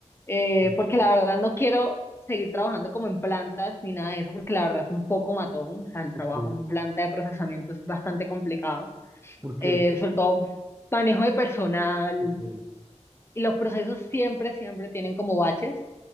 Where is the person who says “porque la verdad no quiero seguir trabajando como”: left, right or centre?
Left